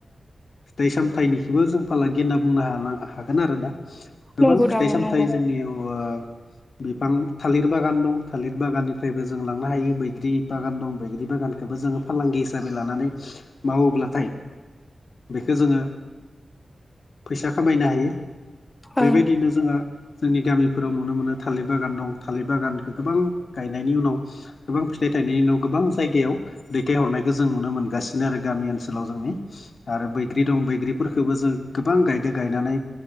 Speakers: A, on the left; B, on the left.
A: फिथाइ सामथायाइनिखौबो जों फालांगि होनना बुंनो हागोन आरो दा गोबां
B: नंगौ
A: फिथाइ
B: दा औ
A: सामथायाइ
B: नंगौ
A: जोंनियाव बिफां थालिर बागान दं थालिर बागाननिफ्रायबो जों लांनो हायो बैग्रि बागान दं बैग्रि बागान बेबो जोङो फालांगि हिसाबै लानानै मावोब्लाथाय बेखौ जोङो फैसा खामायनो हायो बेबायदिनो
B: ओं
A: जोंहा जोंनि गामिफोराव नुनो मोनो थालिर बागान दं थालिर बागानखौ गोबां गायनायनि उनाव गोबां फिथाइ थायनायनि उनाव गोबां जायगायाव दैथायहरनायखौ जों नुनो मोनगासिनो बिनो आरो गामि ओनसोलाव जोंनि आरो बैग्रि दं बैग्रिफोरखौबो जों गोबां गायदो गायनानै